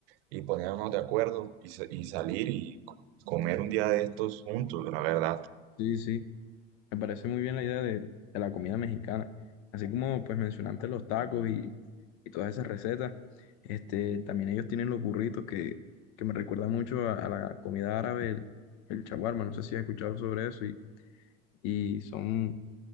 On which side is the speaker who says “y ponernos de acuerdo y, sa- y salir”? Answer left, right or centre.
Right